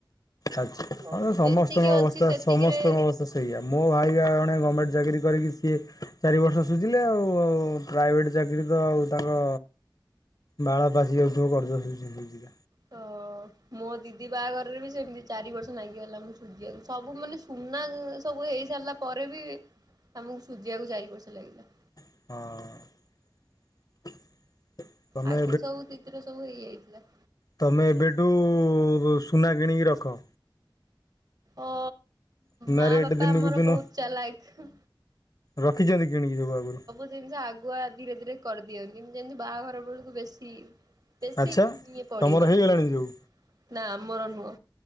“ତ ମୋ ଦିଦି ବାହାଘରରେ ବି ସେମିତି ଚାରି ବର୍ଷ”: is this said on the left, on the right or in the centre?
Right